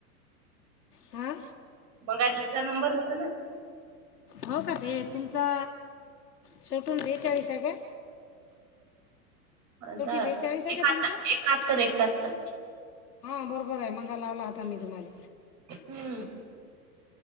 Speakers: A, on the left; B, on the right.
A: हा
B: मग दुसरा नंबर होता ना
A: हो का भेट तुमचा शेवटून भेटळी स का्या
B: अ
A: बेचाळीस आहे
B: एकातर
A: का तुमचा
B: एकाहात्तर एकाहत्तर
A: हा बरोबर आहे मगा लावला होता मी तुम्हाला
B: हम्म